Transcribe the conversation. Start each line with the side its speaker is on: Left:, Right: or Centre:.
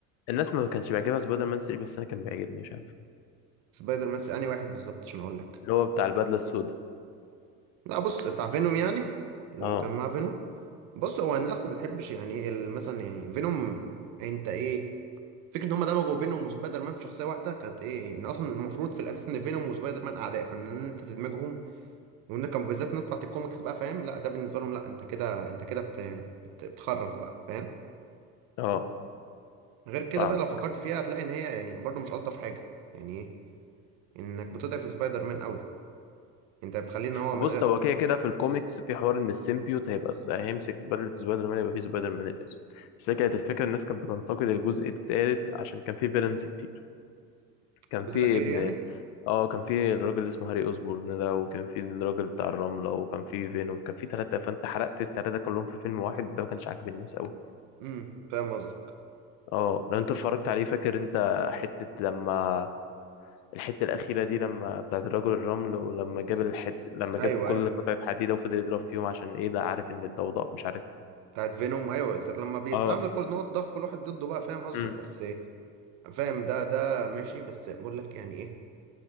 Left: الناس ما كانش بيعجبها سبايدر مان 3 بس انا كان بيعجبني مش عارف
Right: سبايدر مان انهي واحد بالظبط عشان اقول لك
Left: اللي هو بتاع البدله السوداء
Right: لا بص بتاع فينوم يعني لما
Left: اه
Right: كان مع فينوم بص هو الناس ما بتحبش يعني ايه ال- مثلا يعني فينوم انت ايه فكرة ان هم دمجوا فينوم وسبايدر مان في شخصية واحدة كانت ايه ان اصلا المفروض في الاساس ان فينوم وسبايدر مان اعداء فان إن انت تدمجهم وان كان بالذات الناس بتاعت الكوميكس بقى فاهم لا ده بالنسبة لهم لا انت كده انت كده بت... بت... بتخرف بقى فاهم
Left: اه
Right: غير كده
Left: فاهمك
Right: بقى لو فكرت فيها هتلاقي ان هي يعني برضه مش الطف حاجة يعني ايه انك بتضعف سبايدر مان قوي انت بتخليه ان هو
Left: بص
Right: من غير
Left: هو كده كده في الكوميكس في حوار ان السيمبيوت هيبقى س- هيمسك في بدلة سبايدر مان يبقى فيه سبايدر مان الاسود بس هي كانت الفكره الناس كانت بتنتقد الجزء الثالث عشان كان فيه فيلنز كتير كان
Right: الجزء
Left: فيه
Right: الاخير
Left: ابن
Right: يعني
Left: اه كان فيه الراجل اللي اسمه هاري اوزبورن ده وكان فيه الراجل بتاع الرمله وكان فيه فينوم كان فيه ثلاثه فانت حرقت الثلاثه كلهم في فيلم واحد ده ما كانش عاجب الناس قوي
Right: امم فاهم قصدك
Left: اه لو انت اتفرجت عليه فاكر انت حته لما الحتة الأخيرة دي لما بتاعت الرجل الرمل ولما جاب الحت لما
Right: ايوه
Left: جاب كل
Right: ايوه
Left: قطعة حديدة وفضل يضرب فيهم عشان إيه ده عارف إن الضوضاء مش عارف
Right: بتاعت فينوم ايوه ساعة لما بيستعمل
Left: آه
Right: كل نقط ضعف كل واحد ضده بقى فاهم قصدك
Left: أمم،
Right: بس إيه، فاهم ده ده ماشي بس بقول لك يعني ايه